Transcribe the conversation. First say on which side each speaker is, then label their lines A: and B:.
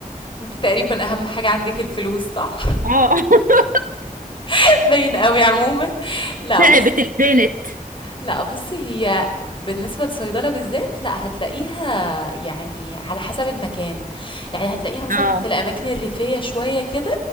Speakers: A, on the left; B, on the right.
A: انت تقريبا أهم حاجة عندك الفلوس صح؟
B: اه <laughs>
A: <laughs> باين قوي عموما لا
B: تعبت
A: بص
B: البنت
A: لا بصي هي بالنسبة للصيدلة بالذات لا هتلاقيها يعني على حسب المكان يعني هتلاقيها مثلا
B: اه
A: في الأماكن الريفية شوية كده